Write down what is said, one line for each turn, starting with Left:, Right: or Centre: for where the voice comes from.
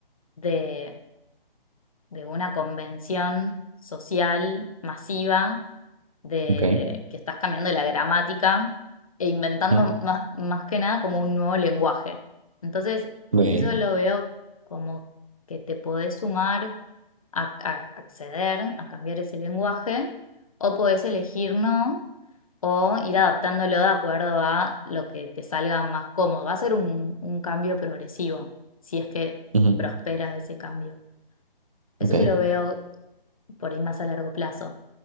Left: de, de una convención social masiva de
Right: Ok.
Left: que estás cambiando la gramática e inventando
Right: ujú,
Left: más, más que nada como un nuevo lenguaje. Entonces,
Right: ve,
Left: eso lo veo como que te podés sumar a, a acceder a cambiar ese lenguaje o podés elegir no o ir adaptándolo de acuerdo a lo que te salga más cómodo. Va a ser un, un cambio progresivo, si es que
Right: ujú,
Left: prospera ese cambio. Eso
Right: ok,
Left: lo veo por ahí más a largo plazo.